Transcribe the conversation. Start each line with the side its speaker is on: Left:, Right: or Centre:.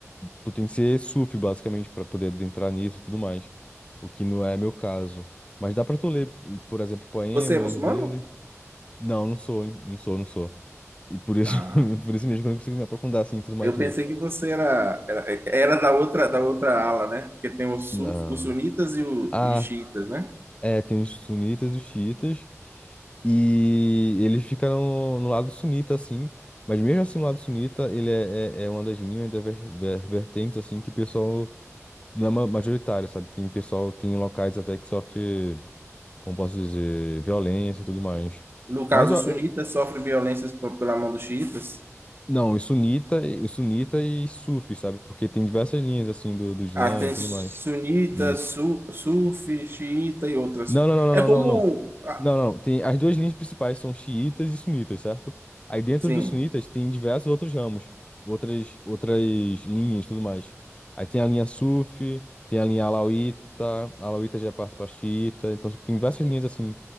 Left: tu tem que ser sufi, basicamente, para poder adentrar nisso e tudo mais. O que não é meu caso. Mas dá pra tu ler, por exemplo, poemas
Right: Você é muçulmano?
Left: dele. Não, não sou, hein? Não sou, não sou. E por isso,
Right: Ah.
Left: <laughs> por isso mesmo que eu não consigo me aprofundar assim e tudo mais
Right: Eu
Left: nele.
Right: pensei que você era, era, era da outra, da outra ala, né? Porque tem os,
Left: Não.
Right: suf, os sunitas e, o-
Left: Ah,
Right: e os xiitas, né?
Left: é, tem os sunitas e os xiitas. E ele fica no, no lado sunita, assim. Mas mesmo assim, no lado sunita, ele é, é, é uma das linhas, das ver- ver- vertentes, assim, que o pessoal não é ma- majoritário, sabe? Tem pessoal, tem locais até que sofre, como posso dizer, violência e tudo mais.
Right: No caso,
Left: Mas eu,
Right: os sunitas sofrem violências p- pela mão dos xiitas.
Left: Não, e sunita, e- sunita e sufi, sabe? Porque tem diversas linhas assim do, do Islã
Right: Ah, tem
Left: e tudo
Right: sunita,
Left: mais. Isso.
Right: su, sufi, xiita e outras.
Left: Não,
Right: co-
Left: não, não,
Right: É
Left: não,
Right: como.
Left: não, não, não.
Right: ah,
Left: Não, não, não. tem as duas linhas principais são xiitas e sunitas, certo? Aí dentro
Right: sim.
Left: dos sunitas tem diversos outros ramos, outras outras linhas, e tudo mais. Aí tem a linha sufi, tem a linha alauíta, a alauíta já passa para xiita, então tipo, tem diversas linhas assim